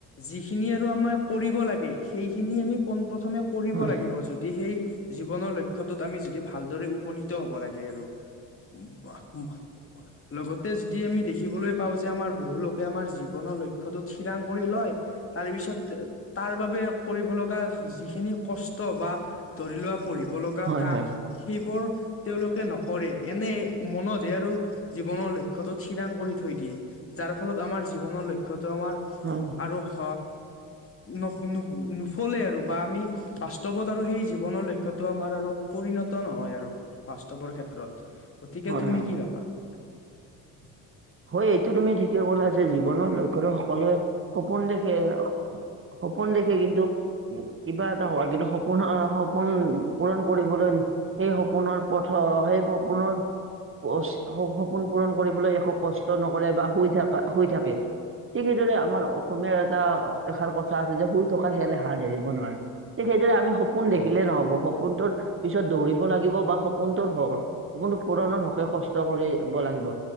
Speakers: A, on the left (about 35°); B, on the right (about 30°).
A: যিখিনি আৰু আমাৰ কৰিব লাগে সেইখিনি আমি পোন প্ৰথমে কৰিব
B: হয়
A: লাগিব যদি সেই জীৱনৰ লক্ষ্যটোত আমি যদি ভালদৰে উপনীত হব লাগে আৰু <unintelligible> লগতে যদি আমি দেখিবলৈ পাওঁ যে, আমাৰ বহু লোকে আমাৰ জীৱনৰ লক্ষ্যতো থিৰাং কৰি লয়। তাৰ পিছত, তাৰ বাবে কৰিব লগা যিখিনি কষ্ট বা ধৰি লোৱা, পঢ়িব লগা
B: হয়
A: কাম
B: হয়
A: সেইবোৰ তেওঁলোকে নকৰে, এনে মনতে আৰু জীৱনৰ লক্ষ্যতো থিৰাং কৰি থৈ দিয়ে। যাৰ ফলত আমাৰ, জীৱনৰ লক্ষ্যতো আমাৰ
B: হয়
A: আৰু অহ, নু নু নুফুলে আৰু বা আমি বাস্তৱত আৰু সেই জীৱনৰ লক্ষ্যতো আমাৰ আৰু পৰিণত নহয় আৰু। বাস্তৱৰ ক্ষেত্ৰত। গতিকে
B: হয়-হয়।
A: তুমি কি ভাবা <inaudible>
B: হয়, এইটো তুমি ঠিকে ক'লা যে, জীৱনৰ লক্ষ্যতো সকলোৱে সপোন দেখে। সপোন দেখে কিন্তু কিবা এটা হোৱাৰ কিন্তু সপোন-সপোন পূৰণ কৰিবলৈ সেই সপোনৰ পথৰ, সেই সপোনৰ সপোন পূৰণ কৰিবলৈ একো কষ্ট নকৰে বা শুই থকা, শুই থাকে। ঠিক সেইদৰে আমাৰ অসমীয়াৰ এটা এষাৰ কথা আছে যে, শুই থকা শিয়ালে হাঁহ ধৰিব নোৱাৰে। ঠিক সেইদৰে আমি সপোন
A: হয়
B: দেখিলে নহব। সপোনটোৰ পিছত দৌৰিব লাগিব বা সপোনটো হ সপোন পূৰণৰ হকে কষ্ট কৰিব লাগিব।